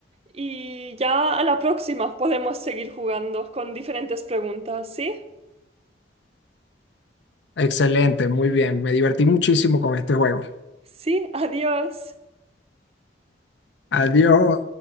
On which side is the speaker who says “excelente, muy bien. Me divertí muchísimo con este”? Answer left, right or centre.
Left